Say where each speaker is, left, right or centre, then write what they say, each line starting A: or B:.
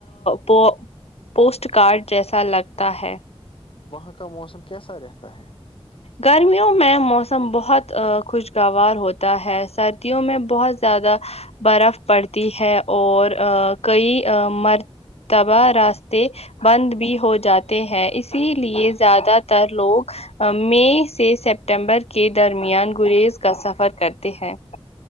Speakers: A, on the left; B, on the left.
A: پ پوسٹ کارڈ جیسا لگتا ہے
B: وہاں کا موسم کیسا رہتا ہے
A: گرمیوں میں موسم بہت خوشگوار ہوتا ہے سردیوں میں بہت زیادہ برف پڑتی ہے اور کئی مرتبہ راس بند بھی ہو جاتے ہیں اسی لیے زیادہ تر لوگ آ، مئی سے سپٹمبر کے درمیان گریز کا سفر کرتے ہیں